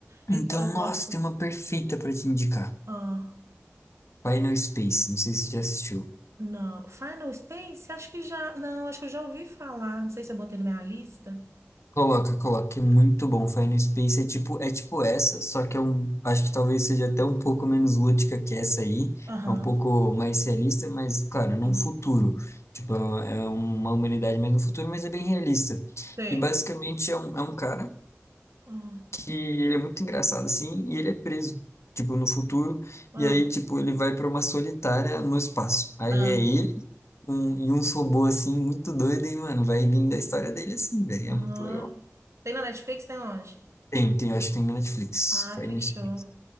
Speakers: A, on the right (about 75°); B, on the left (about 70°).
A: Então,
B: Então,
A: eu gosto.
B: nossa, tem uma perfeita pra te indicar.
A: Ah,
B: Final Space, não sei se você já assistiu.
A: não. Final Space? Acho que já. Não, acho que eu já ouvi falar. Não sei se eu botei na minha lista.
B: Coloca, coloca, é muito bom. Final Space é tipo, é tipo essa, só que é um, acho que talvez seja até um pouco menos lúdica que essa aí.
A: Aham.
B: É um pouco mais realista, mas, cara, num
A: Sim.
B: futuro. Tipo, é é uma humanidade mais no futuro, mas é bem realista.
A: Sei.
B: E basicamente é um, é um cara
A: Ah,
B: que ele é muito engraçado assim, e ele é preso, tipo, no futuro,
A: ah,
B: e aí, tipo, ele vai para uma solitária no espaço. Aí
A: ah.
B: é ele um, e uns robôs assim, muito doido, e, mano, vai vindo a história dele assim, velho,
A: Não.
B: é muito legal.
A: Tem na Netflix? Tem onde?
B: Tem, tem, acho que tem na Netflix,
A: Ah,
B: Final
A: fechou.
B: Space.